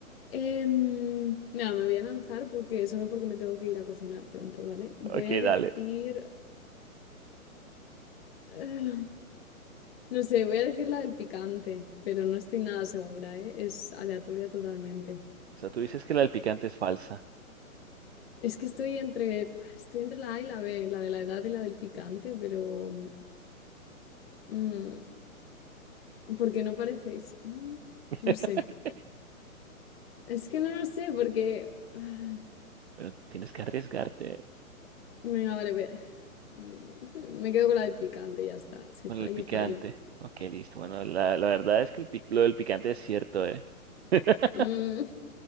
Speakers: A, on the left; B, on the right.
A: Em, mira, me voy a lanzar porque solo porque me tengo que ir a cocinar pronto, ¿vale? Voy
B: Ok,
A: a decir...
B: dale.
A: ¡Ah! No sé, voy a decir la del picante, pero no estoy nada segura, ¿eh? Es aleatoria totalmente.
B: O sea, tú dices que la del picante es falsa.
A: Es que estoy entre, estoy entre la A y la B, la de la edad y la del picante, pero mm, porque no parecéis. mm,
B: <laughs>
A: no sé. Es que no lo sé, porque. ah,
B: Pero tienes que arriesgarte
A: Venga, vale, voy a- mm, <laughs> me quedo con la del picante, ya está. Si
B: con
A: fallo,
B: el picante.
A: fallo.
B: Ok, listo. Bueno, la, la verdad es que el pic- lo del picante es cierto, ¿eh? <laughs>
A: Mm,